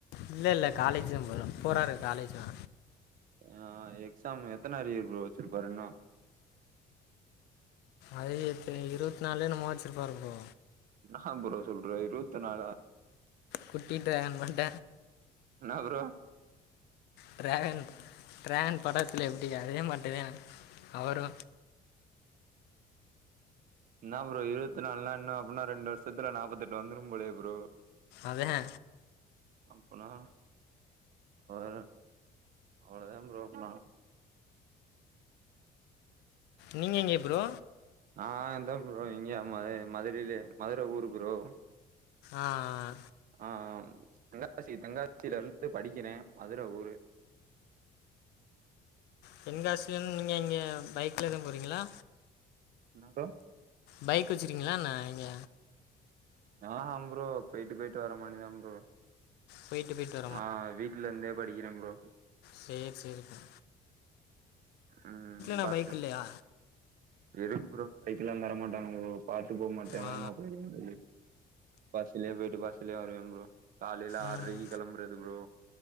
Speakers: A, on the left; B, on the right.
A: இல்லலை இல்ல காலேஜ்தா போற போறாரு காலேஜ் தா
B: ஆ எக்ஸாம் எத்தன அரியர் ப்ரோ வச்சிருப்பாரு இன்னு
A: அது இப்ப இருவத்நாலோ எனமோ வச்சிருப்பாரு ப்ரோ
B: என்னா ப்ரோ சொல்ற இருவத்நாளா
A: குட்டி டிராகன் மண்ட
B: என்ன ப்ரோ
A: ட்ராகன் ட்ராகன் படத்தில்ல எப்டி அதே மாட்டி தா அவரு
B: என்னா ப்ரோ இருவத்நாலுனா இன்னு அப்பன்னா ரெண்டு வருஷத்துல நாப்பதெட்டு வந்துரு போலயே ப்ரோ
A: அதா
B: அப்பனா ஒரு அவலதே ப்ரோ அப்பன
A: நீங்க எங்கே ப்ரோ
B: ஆ இதா ப்ரோ இங்க அமா மதுரையில மதுர ஊரு ப்ரோ
A: ஆ ஆ
B: ஆ தென்காசி தென்காசியிலருந்து படிக்கிறே மதுர ஊரு
A: தென்காசிய நீங்க இங்க பைக்கிலதா போறீங்களா
B: என்னா ப்ரோ
A: பைக் வச்சுருக்கீங்களா என்னா இங்க
B: ஆஹாம் ப்ரோ போயிட்டு போயிட்டு வர மானிதா ப்ரோ
A: போயிட்டு போயிட்டா
B: ஆ வீட்லருந்தே படிக்கிறே ப்ரோ
A: சேரி சேரி ப்ரோ
B: ம்
A: நான்
B: பஸ்சு
A: பைக் இல்லையா
B: எதுக்கு ப்ரோ பைக்ல்லா தரமாட்டாங்க பாத்து போமாட்டே
A: ஆ
B: வேகமா போயிருவ பஸ்லயே போயிட்டு பஸ்லே வருவே ப்ரோ காலையில
A: ம்
B: ஆறரைக்கு கெளம்புறது ப்ரோ